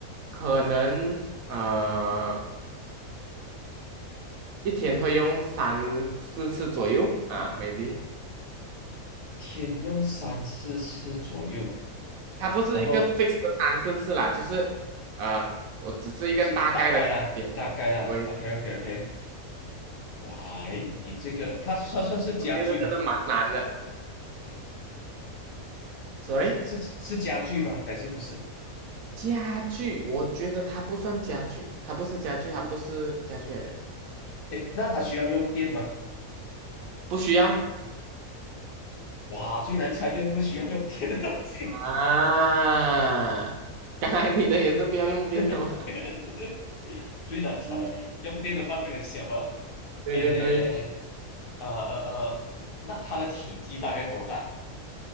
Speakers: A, on the right (about 75°); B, on the left (about 70°).
A: 可能呃一天会用三四次左右啊，maybe。
B: 天用三四次左右，
A: 它不是一个
B: 然后
A: fix 的三四次啦，就是呃，我只是一个大概的点。
B: 就大概啦，大概啦，OK
A: 对，
B: OK OK，哇，诶，你这个它算算是家具吗？
A: 我觉得真的蛮难的。Sorry，
B: 是是是家具吗？还是不是？
A: 家具，我觉得它不算家具，它不是家具，它不是家具来的，
B: 诶，那它需要用电吗？
A: 不需要
B: 哇，最难猜就是不需要用电的东西，
A: 啊。刚才你的也是不要用电的吗？
B: <laughs>
A: <laughs>
B: 最难猜，
A: 嗯
B: 用电的范围很小吧？
A: 对对对，
B: 诶，呃呃呃，那它的体积大概多大？